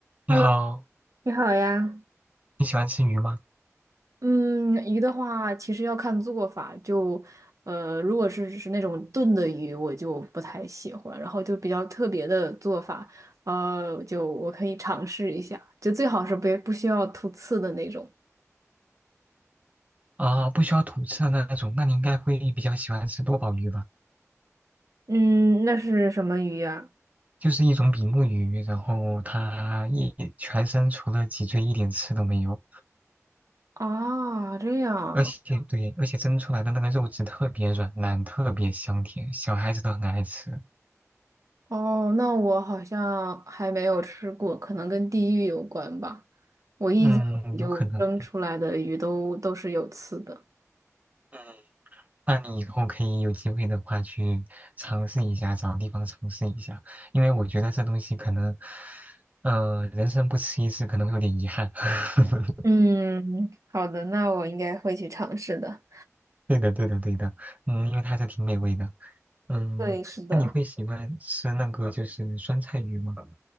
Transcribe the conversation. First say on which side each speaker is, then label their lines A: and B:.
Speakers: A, on the right (about 30°); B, on the right (about 80°).
A: 你好，
B: Hello，你好呀。
A: 你喜欢吃鱼吗？
B: 嗯，鱼的话，其实要看做法。就，呃，如果是是那种炖的鱼，我就不太喜欢。然后就比较特别的做法，呃，就我可以尝试一下。就最好是不不需要吐刺的那种。
A: 啊，不需要吐刺的那种，那你应该会比较喜欢吃多宝鱼吧？
B: 嗯，那是什么鱼呀？
A: 就是一种比目鱼，然后它一全身除了脊椎一点刺都没有，
B: 啊，这样。
A: 而且对，而且蒸出来的那个肉质特别软烂，特别香甜，小孩子都很爱吃。
B: 哦，那我好像还没有吃过，可能跟地域有关吧。我印象里就蒸出来的鱼都都是有刺的。
A: 嗯，有可能。嗯，那你以后可以有机会的话去尝试一下，找地方尝试一下，因为我觉得这东西可能，嗯、人生不吃一次可能会有点遗憾。<laughs>
B: 嗯，好的，那我应该会去尝试的。
A: 对的，对的，对的，嗯，因为它还是挺美味的，嗯，
B: 对，是的。
A: 那你会喜欢吃那个就是酸菜鱼吗？